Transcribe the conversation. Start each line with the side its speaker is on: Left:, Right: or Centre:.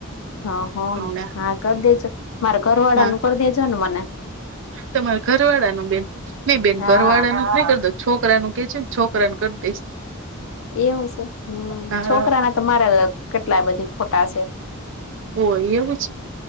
Left: હ હ
Right: અમને
Left: હા કરી દેજો મારે ઘરવાળા
Right: હા
Left: નું કરી દેજો ને મને
Right: તમારે ઘરવાળા ન બેન નહી બેન
Left: હા
Right: ઘરવાળા ન નહી કરતો છોકરાનું કે છે છોકરાને કર દઈશ
Left: એવું છે હમ્મ
Right: હા
Left: છોકરા ના તો મારે કેટલા બધી ફોટા છે
Right: ઓ એયછ